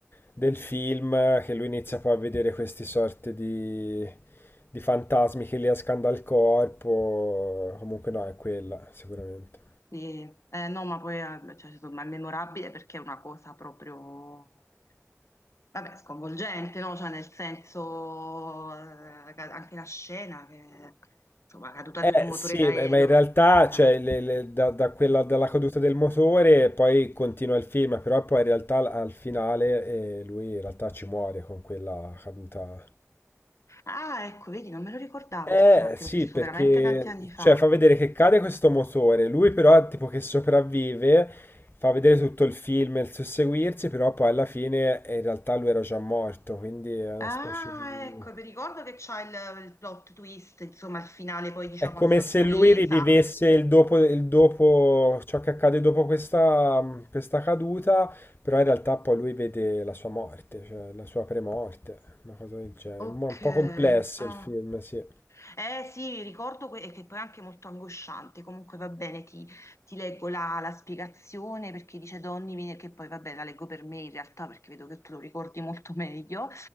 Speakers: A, on the left; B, on the left.
A: del film che lui inizia poi a vedere questi sorti di, di fantasmi che gli escano dal corpo. Comunque no, è quella, sicuramente.
B: Sì, eh, no, ma poi eh, cioè, insomma, è memorabile perché è una cosa proprio, vabbè, sconvolgente, no? Cioè, nel senso, eh, ca- anche la scena, che, insomma, la caduta
A: Eh
B: di un motore
A: sì,
B: d'aereo.
A: beh, ma in realtà
B: eh.
A: cioè, le- le- da, da quella, dalla caduta del motore poi continua il film, però poi in realtà al al finale eh, lui in realtà ci muore con quella caduta.
B: Ah, ecco, vedi, non me lo ricordavo
A: Eh
B: il finale, che
A: sì,
B: l'ho visto
A: perché
B: veramente tanti anni fa.
A: cioè, fa vedere che cade questo motore, lui però tipo che sopravvive, fa vedere tutto il film e il susseguirsi, però poi alla fine eh, in realtà lui era già morto, quindi è una
B: Ah,
A: specie di...
B: ecco, mi ricordo che c'ha il, il plot twist, insomma, il finale poi, diciamo,
A: È come
B: a sorpresa.
A: se lui rivivesse il dopo, il dopo- ciò che accade dopo questa, questa caduta, però in realtà poi lui vede la sua morte, cioè la sua premorte, una cosa del genere.
B: Ok,
A: Mo' È un po' complesso
B: ah.
A: il film, sì.
B: Eh sì, ricordo que- che poi è anche molto angosciante, comunque va bene, ti, ti leggo la, la spiegazione perché dice Donny, viene- che poi vabbè la leggo per me in realtà perché vedo che tu lo ricordi molto meglio,